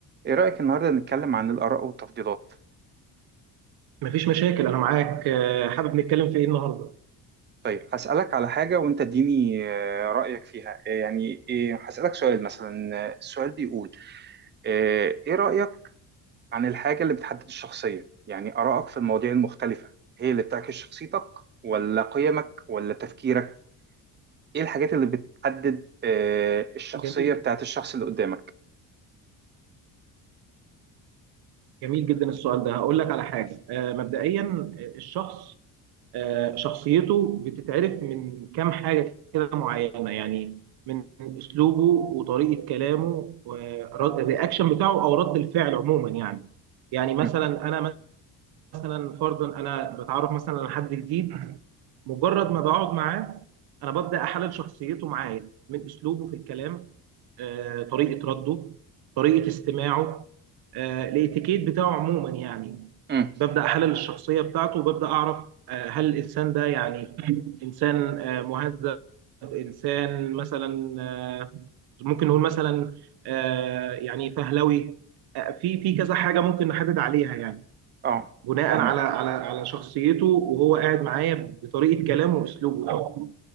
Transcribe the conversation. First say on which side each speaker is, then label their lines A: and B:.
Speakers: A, on the right; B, on the right.
A: ايه رأيك النهارده نتكلم عن الآراء والتفضيلات
B: مفيش مشاكل انا معاك آه، حابب نتكلم في ايه النهارده
A: طيب هسألك على حاجة وانت اديني آه، رأيك فيها آه، يعني إيه هسألك سؤال مثلا آه، السؤال بيقول آه، ايه رأيك عن الحاجة اللي بتحدد الشخصية يعني آرائك في المواضيع المختلفة هي اللي بتعكس شخصيتك ولا قيمك ولا تفكيرك ايه الحاجات اللي بتحدد آه، الشخصية
B: جميل
A: بتاعت الشخص اللي قدامك
B: جميل جدا السؤال ده هقول لك على حاجه آه، مبدئيا آه، الشخص آه، شخصيته بتتعرف من كام حاجه كده معينه يعني من اسلوبه وطريقه كلامه والرياكشن بتاعه او رد الفعل عموما يعني يعني مثلا
A: مم.
B: انا مثلا فرضا انا بتعرف مثلا على حد جديد مجرد ما بقعد معاه انا ببدا احلل شخصيته معايا من اسلوبه في الكلام آه، طريقه رده طريقه استماعه آه، الاتيكيت بتاعه عموما يعني
A: مم.
B: ببدا احلل الشخصيه بتاعته وببدا اعرف آه، هل الانسان ده يعني انسان آه، مهذب انسان مثلا آه، ممكن نقول مثلا آه، يعني فهلوي آه، في في كذا حاجه ممكن نحدد عليها يعني
A: اه
B: بناء
A: فاهمك
B: على على على شخصيته وهو قاعد معايا بطريقه كلامه واسلوبه او